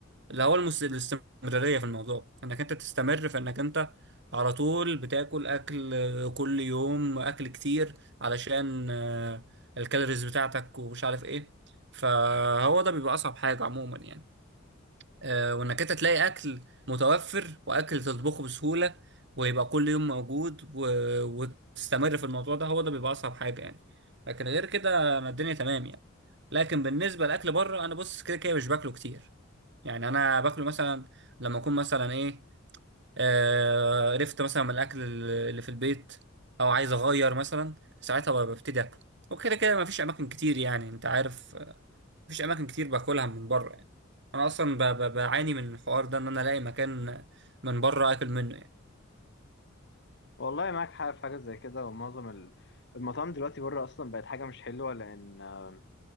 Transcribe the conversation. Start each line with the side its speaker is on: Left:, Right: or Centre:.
Right: اللي هو المس... الاستمرارية في الموضوع انك انت تستمر في انك انت على طول بتاكل اكل آه، كل يوم اكل كتير علشان آه، الكالوريز بتاعتك ومش عارف ايه فهو ده بيبقى اصعب حاجة عموما يعني آه، وانك انت تلاقي اكل متوفر واكل تطبخه بسهولة ويبقى كل يوم موجود و... وتستمر في الموضوع ده هو ده بيبقى اصعب حاجة يعني لكن غير كده انا الدنيا تمام يعني لكن بالنسبة لأكل بره انا بص كده كده مش باكله كتير يعني انا باكله مثلا لما اكون مثلا ايه آه قرفت مثلا من الاكل اللي في البيت او عايز اغير مثلا ساعتها ب- ببتدي اكل وكده كده مفيش اماكن كتير يعني انت عارف آه، مفيش اماكن كتير باكلها من بره يعني انا اصلا ب- ب- بعاني من الحوار ده ان انا الاقي مكان من بره اكل منه يعني
Left: والله معاك حق في حاجة زي كده ومعظم ال- المطاعم دلوقتي بره أصلا بقت حاجة مش حلوة لأن آه،